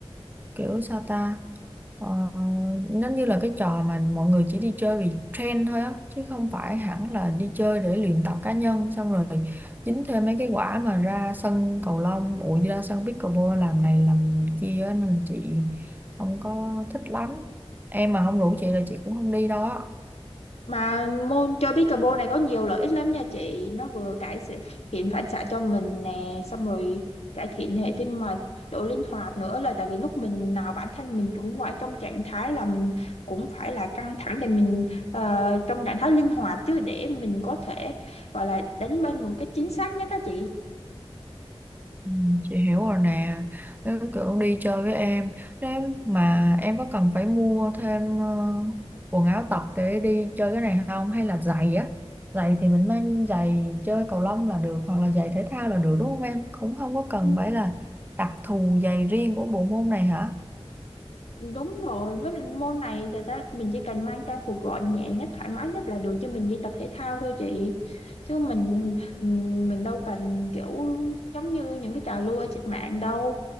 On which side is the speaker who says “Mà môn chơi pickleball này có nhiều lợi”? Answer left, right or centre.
Left